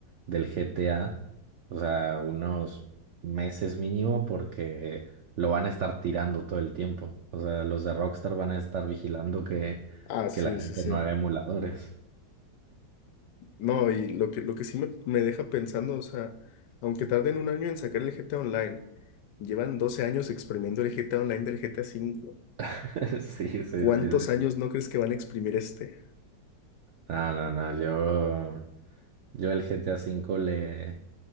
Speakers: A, on the right (about 70°); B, on the left (about 75°).
A: del GTA, o sea, unos meses mínimo, porque lo van a estar tirando todo el tiempo. O sea, los de Rockstar van a estar vigilando que,
B: Ah, sí,
A: que la gente
B: sí, sí.
A: no haga emuladores.
B: No, y lo que, lo que sí me, me deja pensando, o sea, aunque tarden un año en sacar el GTA Online, llevan 12 años exprimiendo el GTA Online del GTA cinco
A: <laughs> Sí, sí, sí.
B: ¿Cuántos
A: sí.
B: años no crees que van a exprimir este?
A: No, no, no, yo, yo el GTA cinco le,